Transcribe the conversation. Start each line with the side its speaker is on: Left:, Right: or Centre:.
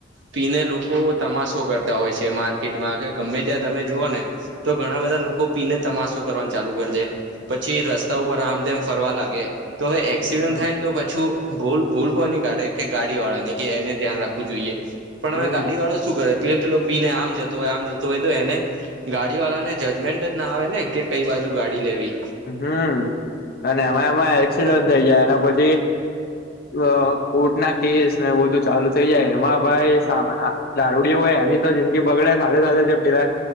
Right: પીને લોકો તમાસો કરતા હોય છે માર્કેટમાં કે ગમે ત્યાં તમે જુઓ ને તો ઘણા બધા લોકો પીને તમાસો કરવાનું ચાલુ કર દે પછી રસ્તા ઉપર આમ તેમ ફરવા લાગે, તો હવે એ ક્સિડન્ટ
Left: હમ
Right: થાય ને તો પાછું ભૂલ ભૂલ કોની કે ગાડી વાળા ની કે એને ધ્યાન રાખવું જોઈએ પણ
Left: હમ
Right: હવે ગાડી વાળો શું કરે પીલો પિલો પીને આમ જતો ઓય, આમ જતો ઓય તો એને ગાડી વાળા ને જજમેન્ટ જ ના આવે ને કે કઈ બાજુ ગાડી લેવી
Left: હમ, અને એમાં એમાં એક્સિડન્ટ થઇ જાય અને પછી અ કોર્ટના કેસ ને એવું બધું ચાલુ થઈ જાય એમાં ભાઈ સાભ આ દારૂડીઓ હોય એની તો જિંદગી બગડે સાથે સાથે જે પેલા